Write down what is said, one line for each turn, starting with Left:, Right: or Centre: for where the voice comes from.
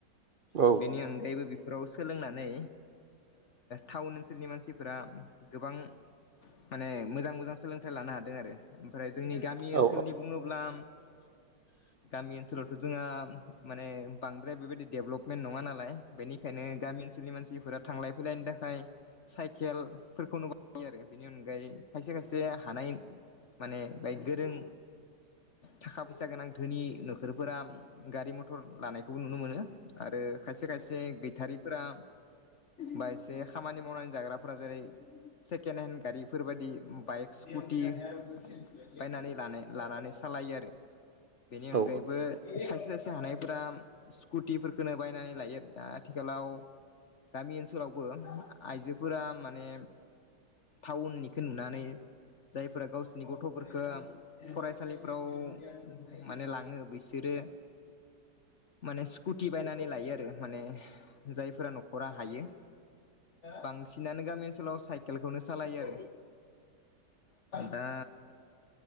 Right: औ
Left: बेनि अनगायैबो फोराव सोलोंनानै टाउन ओनसोलनि मानसिफोरा गोबां माने मोजां मोजां सोलोंथाइ लानो हादों आरो ओमफ्राय जोंनि गामि
Right: औ
Left: ओनसोलनि बुङोब्ला
Right: <inaudible>
Left: गामि ओनसोलावथ जोंहा माने बांद्राय बेबायाददि डेभलपमेन्ट नङा नालाय बेनिखायनो गामि ओनसोलनि मानसिफोरा थांलाय फैलायनि थाखाय- साइकेल फोरफोरखौ नुबायो आरो बेनि अनगायै खायसे खायसे हानाय माने बाय गोरों थाखा फैसा गोनां धोनि नखोरफोरा गारि मथर लानायखौबो नुनो मोनो आरो खायसे खायसे गैथारिफोरा बा एसे खामानि मावनानै जाग्राफोरा जेरै सेकेणड हेणड गारिफोर बायदि बाइक स्कुटि बायनानै लानानै सान खालायो आरो बेनि अनगायैबो
Right: औ
Left: सासे सासे हानायफोरा स्कुटिषोरखौनो बायनानै लायो दा आथिखालाव गामि ओनसोलावबो आइजोफोरा माने टाउननिखौ नुनानै जायफोरा गावसोरनि गथ फोरखौ फरायसालिफोराव माने लाङो बिसोरो माने स्कुटि बायनानै लायो आरो माने जायफोरा नखरा हायो। बांसिनानो गामि ओनसोलाव साइकेलखौनो सालायो आरो दा